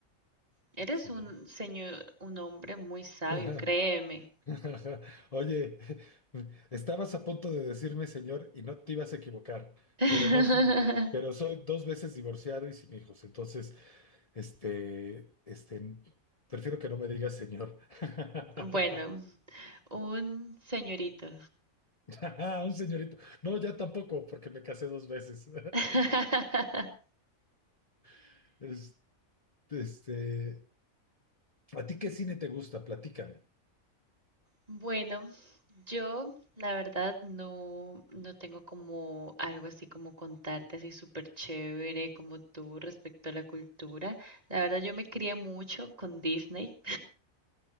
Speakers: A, on the right; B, on the left.
A: Eres
B: Sí.
A: un señor, un hombre muy sabio,
B: <laughs>
A: créeme.
B: <laughs> Oye, estabas a punto de decirme señor y no te ibas a equivocar,
A: <laughs>
B: pero no sin- pero soy dos veces divorciado y sin hijos, entonces, este, este, prefiero que no me digas señor. <laughs>
A: Bueno, un señorito.
B: <laughs> Un señorito. No, ya tampoco, porque me casé dos veces.
A: <laughs>
B: <laughs> Es- Este, ¿a ti qué cine te gusta? Platícame.
A: Bueno, yo la verdad no, no tengo como algo así como contarte así súper chévere como tú respecto a la cultura. La verdad yo me crié mucho con Disney.